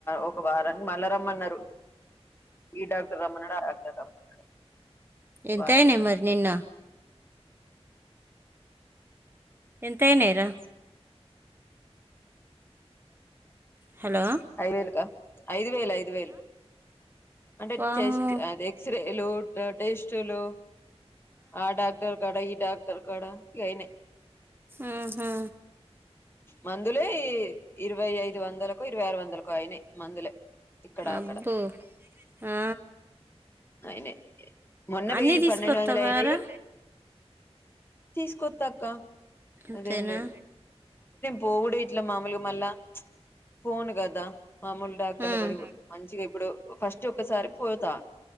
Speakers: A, on the left; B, on the right.
A: ఒక వారానికి మల్ల రమ్మన్నారు ఈ డాక్టర్ రమ్మన్నాడు ఆ డాక్టర్ రమ్మన్నాడు
B: ఎంతయినయ్
A: వారానికి
B: మరి నిన్న ఎంతయినయిరా హలో
A: ఐదు వేలుకా ఐదు వేలు ఐదు వేలు అంటే
B: వాము
A: చెస్ట్ అది ఎక్స్రేలు టెస్టులు ఆ డాక్టర్ కాడ ఈ డాక్టర్ కాడా ఇగ అయినాయి
B: ఆహా
A: మందులే ఇరవై ఐదు వందలకు ఇరవై ఆరు వందలకు అయినాయి మందులే ఇక్కడ
B: అబ్బో
A: అక్కడ
B: ఆ
A: అయినయి మొన్న
B: అన్నీ
A: వెయ
B: తీసుకొస్తావారా
A: పన్నెండు వందల అయినేకానీ తీసుకొతక్క
B: అంతేనా
A: అదేం లేదు పోడ <unintelligible> ఇట్ల మామూలుగా మళ్ళా ఫోను కదా మామూలు డాక్టర్లు
B: ఉమ్,
A: అడిగి మంచిగా ఇప్పుడు ఫస్ట్ ఒకసారి పోతా